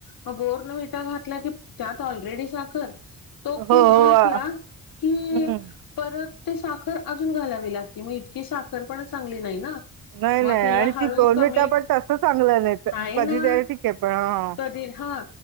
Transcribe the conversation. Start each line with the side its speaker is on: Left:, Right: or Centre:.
Left: मग बोर्नविठा घातला की, त्यात ऑलरेडी साखर तो खूप
Right: हो हो
Left: घातला
Right: आ,
Left: कि,
Right: हम्म
Left: परत ते साखर अजून घालावी लागते, मग इतकी साखर पण चांगली नाही ना.
Right: नाही
Left: मग
Right: नाही
Left: तिला
Right: आणि
Left: हळू
Right: ती दोन
Left: कमी,
Right: मिनिटं पण तसं चांगलं तर-
Left: नाही
Right: कधी
Left: ना,
Right: तरी ठीक आहे पण हा
Left: कधी हा.